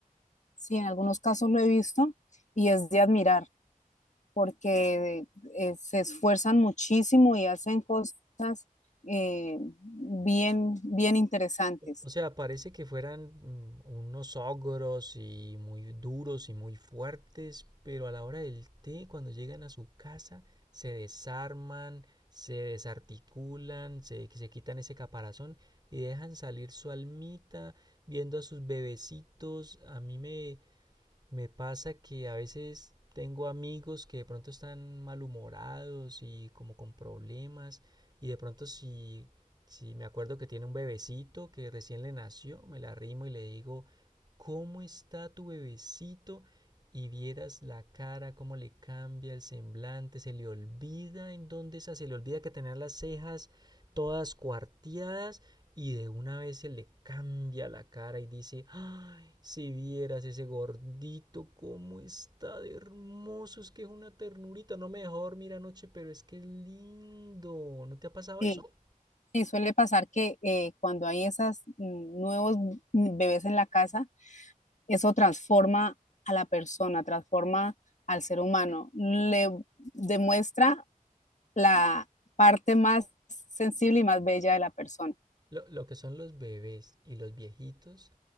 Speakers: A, on the left; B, on the right.
A: Sí, en algunos casos lo he visto y es de admirar porque eh, se esfuerzan muchísimo y hacen cosas eh, bien, bien interesantes.
B: O sea, parece que fueran mm, unos ogros y muy duros y muy fuertes, pero a la hora del té, cuando llegan a su casa, se desarman, se desarticulan, se, se quitan ese caparazón y dejan salir su almita viendo a sus bebecitos. A mí me, Me pasa que a veces tengo amigos que de pronto están malhumorados y como con problemas y de pronto si, si me acuerdo que tiene un bebecito que recién le nació, me la arrimo y le digo, ¿cómo está tu bebecito? Y vieras la cara, cómo le cambia el semblante, se le olvida en dónde está, se le olvida que tenía las cejas todas cuarteadas y de una vez se le cambia la cara y dice, ay, si vieras ese gordito, cómo está de hermoso, es que es una ternurita, no me dejó dormir anoche, pero es que es lindo, ¿no te ha pasado
A: Sí,
B: eso?
A: sí, suele pasar que eh, cuando hay esos nuevos bebés en la casa, eso transforma a la persona, transforma al ser humano, le demuestra la parte más sensible y más bella de la persona.
B: Lo, lo que son los bebés y los viejitos